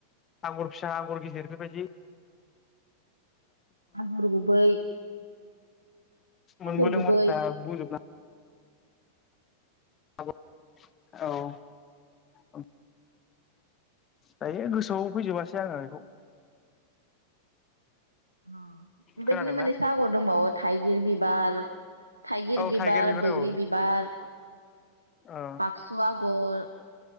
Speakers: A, on the left; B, on the right.
A: आगर फिसा आगर गिदिर बेबायदि
B: आगर गुबै आगर
A: मोनबोदोंमोन
B: गुबै
A: दा बुजोबनो <unintelligible> औ <unintelligible> दायो गोसोआव फैजोबासै आङो बेखौ
B: अ बेबायदिनो
A: खोनादोंना
B: मोननैसो आगर दंबावो थाइगिर बिबार-थाइगिर
A: औ
B: बिबार,
A: थाइगिर
B: बोग्रि
A: औ
B: बिबार,
A: ओ
B: बाक्सु आगर